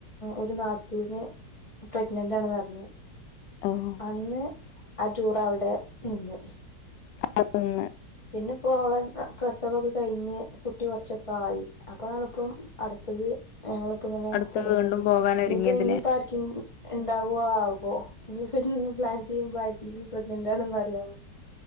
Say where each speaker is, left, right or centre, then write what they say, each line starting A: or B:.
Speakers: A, on the left (about 15°); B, on the left (about 80°).
A: ഒരു നാത്തൂന് പ്രഗ്നന്റ് ആണെന്ന് അറിഞ്ഞേ
B: ആഹ്
A: അന്ന് ആ ടൂറ് അവിടെ നിന്ന്
B: <unintelligible>
A: പിന്നെപ്പോ ഓളെ പ്രസവൊക്കെ കഴിഞ്ഞ് കുട്ടി കുറച്ചൊക്കെ ആയി അപ്പോ ആണിപ്പം അടുത്തത് ഞങ്ങളിപ്പോ ഇങ്ങനെ
B: അടുത്ത്
A: തുടങ്ങുന്നത്
B: വീണ്ടും പോകാൻ
A: ഇനിയിപ്പോ
B: ഒരുങ്ങിയതില്ലേ
A: ഇനി പാർക്കെങ്കി ഇണ്ടാവോ ആവോ ഇനി പിന്നെ പ്ലാൻ ചെയ്യുമ്പോ ആർക്കെങ്കിലും പ്രെഗ്നന്റാണെന്ന് അറിയാവോ